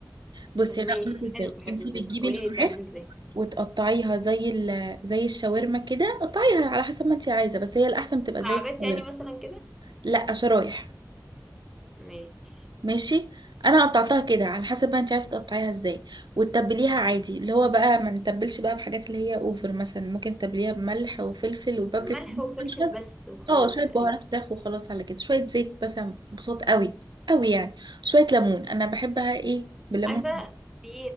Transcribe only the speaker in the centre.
طب ماشي
حلو بحب
الزبدة
قوليلي
بتعمليه ازاي
مكعبات
يعني مثلا كده
ماشي
ملح
وفلفل
بس وخلاص
تقريبا
عارفة في